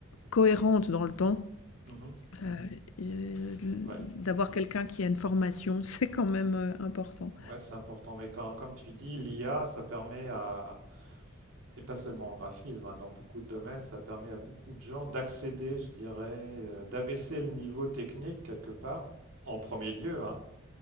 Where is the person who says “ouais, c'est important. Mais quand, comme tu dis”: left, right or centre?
Right